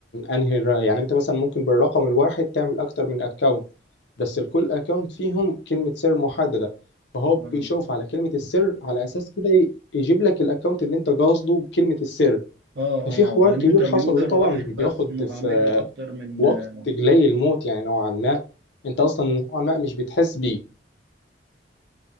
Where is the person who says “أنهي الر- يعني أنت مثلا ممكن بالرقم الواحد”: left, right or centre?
Left